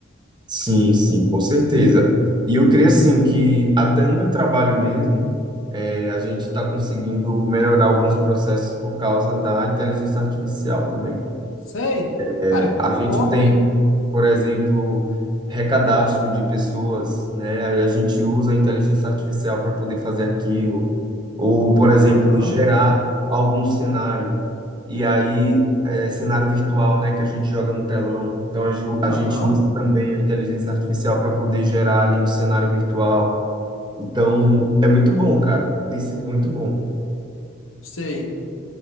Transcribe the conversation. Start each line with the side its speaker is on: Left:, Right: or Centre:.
Right: Sim, sim, com certeza. E eu creio assim que até no meu trabalho mesmo, eh, a gente está conseguindo melhorar alguns processos por causa da inteligência artificial também.
Left: Sei,
Right: É,
Left: cara,
Right: A gente
Left: top,
Right: tem,
Left: hein?
Right: por exemplo, recadastro de pessoas, né? Aí A gente usa a inteligência artificial para poder fazer aquilo, ou, por exemplo,
Left: Aham,
Right: gerar algum cenário. E aí, é, cenário virtual, né, que a gente joga no telão. Então, a, ju- a
Left: aham,
Right: gente usa também a inteligência artificial para poder gerar ali o cenário virtual. Então, é muito bom, cara. Tem sido muito bom.
Left: sei.